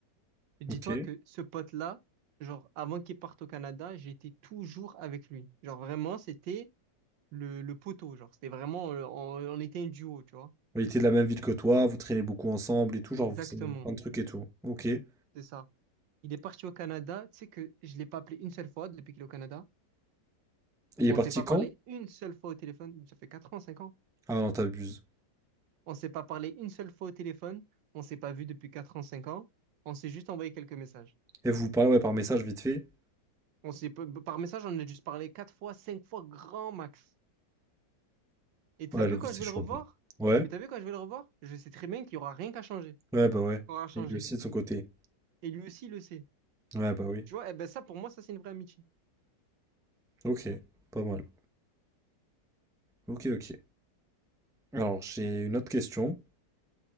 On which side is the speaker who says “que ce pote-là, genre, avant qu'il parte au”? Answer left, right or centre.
Right